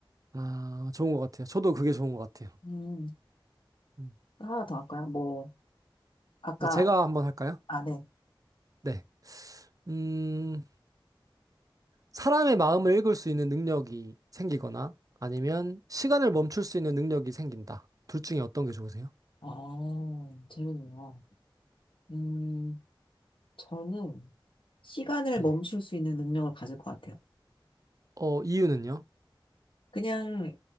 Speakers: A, on the right; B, on the left.
A: 아, 좋은 것 같아요. 저도 그게 좋은 것 같아요.
B: 음.
A: 음.
B: 하나 더 할까요? 뭐, 아까,
A: 네, 제가 한번 할까요?
B: 안 해.
A: 네, 음, 사람의 마음을 읽을 수 있는 능력이 생기거나 아니면 시간을 멈출 수 있는 능력이 생긴다. 둘 중에 어떤 게 좋으세요?
B: 아, 재밌네요. 음, 저는 시간을
A: 네.
B: 멈출 수 있는 능력을 가질 것 같아요.
A: 어, 이유는요?
B: 그냥